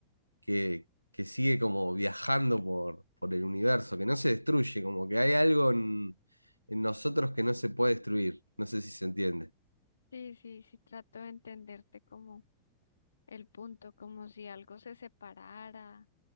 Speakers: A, on the right (about 90°); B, on the left (about 70°).
A: que, que sigue como viajando por, por el universo, que no se destruye, como que hay algo en, en nosotros que no se puede destruir. No sé si se entiende.
B: Sí, sí, sí, trato de entenderte como el punto, como si algo se separara